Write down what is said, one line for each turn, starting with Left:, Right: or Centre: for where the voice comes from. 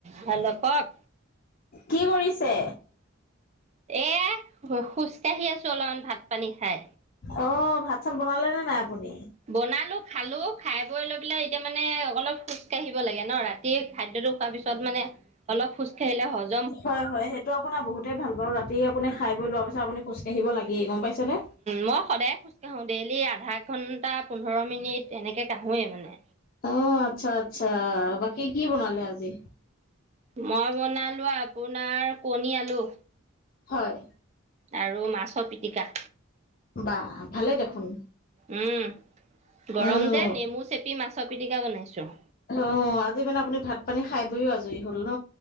Right: Hello কওঁক।
Left: কি কৰিছে?
Right: এ খোজকাাঢ়ি আছো অলপমান ভাত পানী খাই।
Left: অ', ভাত চাত বনালে নে নাই আপুনি?
Right: বনালো খালো খাই বৈ লৈ পেলাই এতিয়া মানে অলপ খোজ কাঢ়িব লাগে ন ৰাতি খাদ্যতো খোৱাৰ পিছত মানে অলপ খোজ কাঢ়িলে হজম
Left: হয়, হয় সেইটো আপোনাৰ বহুতেই ভাল পাৰ ৰাতি আপুনি খাই বৈ লোৱাৰ পাছত আপুনি খোজকাঢ়িব লাগিয়ে গ'ম পাইছে নে।
Right: মই সদায় খোজ কাঢ়োঁ, ডেইলি আধা ঘণ্টা পোন্ধৰ মিনিট এনেকৈ কাঢ়োৱেই মানে।
Left: অ', আচ্ছা, আচ্ছা বাকী কি বনালে আজি
Right: মই বনালো আপোনাৰ কণী আলু
Left: হয়।
Right: আৰু মাছৰ পিটিকা।
Left: বাহ ভালে দেখোন।
Right: উম গৰম
Left: অ',
Right: যে নেমু চেপি মাছৰ পিটিকা বনাইছোঁ।
Left: অ', আজি মানে আপুনি ভাত পানী খাই বৈও আজৰি হল ন।